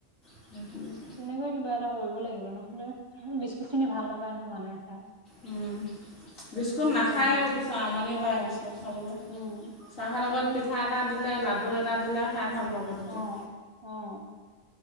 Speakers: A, on the left (about 80°); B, on the right (about 25°).
A: <unintelligible>
B: তেনেকুৱাই কিবা এটা কৰিব লাগিব নহ'লে বিস্কুট খিনি ভাল নাপায় নহয় মানুহে খাই।
A: উম। বিস্কুট নাখায়ও
B: দিলে ভাল না
A: কিছু আমনি
B: অ',
A: পায় বিস্কুট খাবলৈ।
B: উম,
A: চাহৰ লগত
B: তেনেকে
A: পিঠা এটা দিলে লাডু এটা দিলে, খাই ভাল পাব তেতিয়া।
B: অ', অ'।